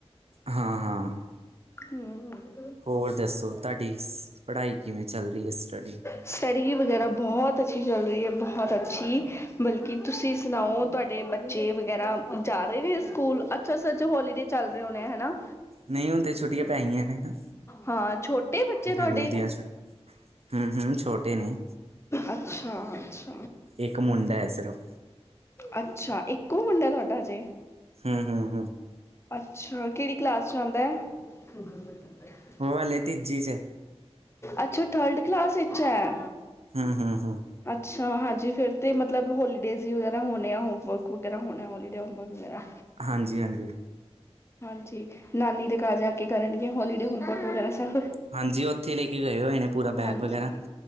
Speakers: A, on the right; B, on the left.
A: ਹਾਂ ਹਾਂ।
B: ਹੂੰ-ਹੂੰ।
A: ਹੋਰ ਦੱਸੋ ਤੁਹਾਡੀ ਸ ਪੜ੍ਹਾਈ ਕਿਵੇਂ ਚੱਲ ਰਹੀ ਐ ਸਟੱਡੀ?
B: ਸਟੱਡੀ ਵਗੈਰਾ ਬਹੁਤ ਅੱਛੀ ਚੱਲ ਰਹੀ ਐ, ਬਹੁਤ ਅੱਛੀ ਬਲਕਿ ਤੁਸੀਂ ਸੁਣਾਓ ਤੁਹਾਡ ਤਾਡੇ ਬੱਚੇ ਵਗੈਰਾ ਜਾ ਰਹੇ ਨੇ ਸਕੂਲ, ਅੱਛਾ ਸਚ ਹੋਲੀਡੇ ਚੱਲ ਰਹੇ ਹੋਣੇ ਆ ਹਨਾ?
A: ਨਹੀਂ ਹੁਣ ਤੇ ਛੁੱਟੀਆਂ ਪੈ ਗਈਆਂ ਨੇ ਨਾ
B: ਹਾਂ ਛੋਟੇ ਬੱਚੇ ਤੁਹਾਡੇ
A: ਗਰਮੀ ਦੀਆਂ ਛੁੱਟ ਹੂੰ-ਹੂੰ, ਛੋਟੇ ਨੇ।
B: ਅੱਛਾ-ਅੱਛਾ।
A: ਇੱਕ ਮੁੰਡਾ ਐ ਸਿਰਫ।
B: ਅੱਛਾ, ਇੱਕੋ ਮੁੰਡਾ ਐ ਤੁਹਾਡਾ ਅਜੇ?
A: ਹੂੰ, ਹੂੰ, ਹੂੰ।
B: ਅੱਛਾ, ਕਿਹੜੀ ਕਲਾਸ ਚ ਆਉਂਦਾ ਐ? <inaudible>
A: ਓਹ ਹਲੇ ਤੀਜੀ ਚ।
B: ਅੱਛਾ, ਓ ਥਰਡ ਕਲਾਸ ਵਿੱਚ ਐ।
A: ਹੂੰ, ਹੂੰ, ਹੂੰ।
B: ਅੱਛਾ, ਹਾਂਜੀ, ਫੇਰ ਤੇ ਮਤਲਬ ਹੋਲੀਡੇਜ਼ ਵਗੈਰਾ ਹੋਣੇ ਆ ਹੋਮ ਵਰਕ ਵਗੈਰਾ ਹੋਣਾ ਹੋਲੀਡੇ ਹੋਮਰਕ ਵਗੈਰਾ।
A: ਹਾਂਜੀ-ਹਾਂਜੀ।
B: ਹਾਂਜੀ, ਨਾਨੀ ਦੇ ਕਾਰ ਜਾ ਕੇ ਕਰਨਗੇ ਹੋਲੀਡੇ ਹੋਮਵਰਕ ਵਗੈਰਾ ਸਭ।
A: ਹਾਂਜੀ, ਉੱਥੇ ਲੈ ਕੇ ਗਏ ਹੋਏ ਨੇ ਪੂਰਾ ਬੈਗ
B: ਹਾਂਜੀ
A: ਵਗੈਰਾ